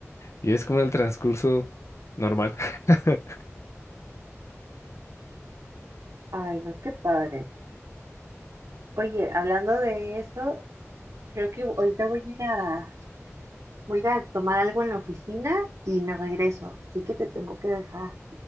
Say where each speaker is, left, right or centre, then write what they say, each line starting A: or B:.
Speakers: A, on the left (about 60°); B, on the right (about 70°).
A: Y es como el transcurso normal. <laughs>
B: Ay, no, qué padre. Oye, hablando de eso, creo que ahorita voy a ir a, voy a ir a tomar algo en la oficina y me regreso. Así que te tengo que dejar.